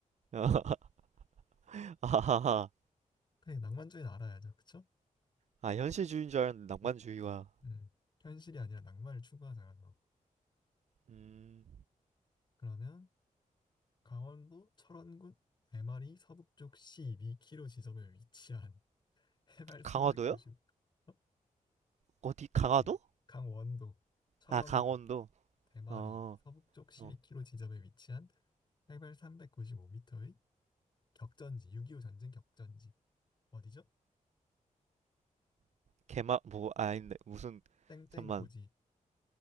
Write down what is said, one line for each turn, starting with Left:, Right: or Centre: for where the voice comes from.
Right: <laughs> 아하하.
Left: 그래, 낭만주의는 알아야죠. 그쵸?
Right: 아, 현실주의인 줄 알았는데 낭만주의와.
Left: 음. 음. 현실이 아니라 낭만을 추구하잖아, 너.
Right: 음,
Left: 그러면 강원도 철원군 대마리 서북쪽 12km 지점에 위치한 <laughs> 해발 390,
Right: 강화도요?
Left: 어?
Right: 어디 강화도?
Left: 예. 강원도 철원군
Right: 아, 강원도.
Left: 대마리
Right: 어,
Left: 서북쪽
Right: 어,
Left: 1 2 k 로 지점에 위치한 해발 395m의 격전지, 6.25 전쟁 격전지. 어디죠?
Right: 개마 뭐 아, 아닌데 무슨
Left: 땡땡
Right: 잠만
Left: 고지.